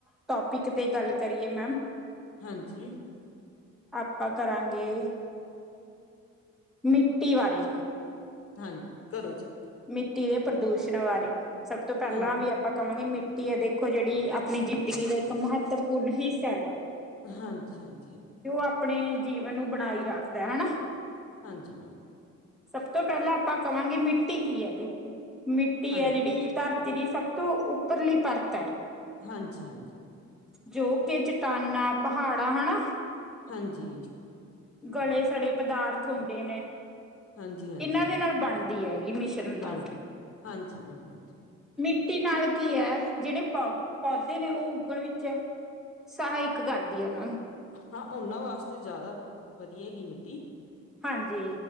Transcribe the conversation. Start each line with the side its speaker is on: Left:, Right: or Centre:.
Centre: ਟੋਪਿਕ ਤੇ ਗੱਲ ਕਰੀਏ ਮੈਮ।
Left: ਹਾਂਜੀ
Centre: ਆਪਾਂ ਕਰਾਂਗੇ, ਮਿੱਟੀ ਬਾਰੇ।
Left: ਹਾਂਜੀ, ਕਰੋ ਜੀ।
Centre: ਮਿੱਟੀ ਦੇ ਪ੍ਰਦੂਸ਼ਣ ਬਾਰੇ, ਸਭ ਤੋਂ ਪਹਿਲਾਂ
Left: ਹਾਂ
Centre: ਵੀ ਆਪਾਂ। ਕਵਾਂਗੇ ਮਿੱਟੀ ਆ ਦੇਖੋ ਜਿਹੜੀ ਆਪਣੀ ਜ਼ਿੰਦਗੀ ਦਾ ਇੱਕ ਮਹੱਤਵਪੂਰਨ ਹਿੱਸਾ ਹੈਗਾ।
Left: ਹਾਂਜੀ-ਹਾਂਜੀ।
Centre: ਉਹ ਆਪਣੇ ਜੀਵਨ ਨੂੰ ਬਣਾਈ ਰੱਖਦਾ ਹਨਾ।
Left: ਹਾਂਜੀ ਮੈਮ।
Centre: ਸਭ ਤੋਂ ਪਹਿਲਾਂ ਆਪਾਂ ਕਵਾਂਗੇ ਮਿੱਟੀ ਕੀ ਹੈ ਦੇਖੋ, ਮਿੱਟੀ
Left: ਹਾਂਜੀ,
Centre: ਹੈ ਜਿਹੜੀ ਧਰਤੀ ਦੀ ਸਭ ਤੋਂ ਉੱਪਰਲੀ ਪਰਤ ਐ।
Left: ਹਾਂਜੀ-ਹਾਂਜੀ।
Centre: ਜੋ ਕਿ ਚਟਾਨਾ, ਪਹਾੜਾਂ ਹਨਾ।
Left: ਹਾਂਜੀ
Centre: ਗਲੇ ਸਾਡੇ ਪਦਾਰਥ ਹੁੰਦੇ ਨੇ,
Left: ਹਾਂਜੀ-ਹਾਂਜੀ
Centre: ਇੰਨਾਂ ਦੇ ਨਾਲ ਬਣਦੀ ਹੈਗੀ ਮਿਸ਼ਰਣ ਨਾਲ
Left: ਬਣ ਹਾਂਜੀ ਮੈਮ ਹਾਂਜੀ।
Centre: ਮਿੱਟੀ ਨਾਲ ਕੀ ਹੈ ਜਿਹੜੇ ਪ ਪੌਦੇ ਨੇ ਉਹ ਉਗਣ ਵਿੱਚ ਸਹਾਇਕ ਕਰਦੀ ਹੈ ਇਹਨਾਂ ਨੂੰ
Left: ਹਾਂ ਉਹਨਾਂ ਵਾਸਤੇ ਜ਼ਿਆਦਾ ਵਧੀਆ ਗੀ ਮਿੱਟੀ,
Centre: ਹਾਂਜੀ।